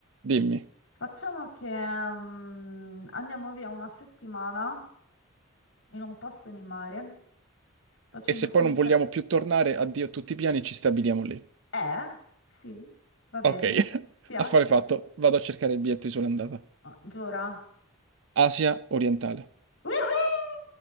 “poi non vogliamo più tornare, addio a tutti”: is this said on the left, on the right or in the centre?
Right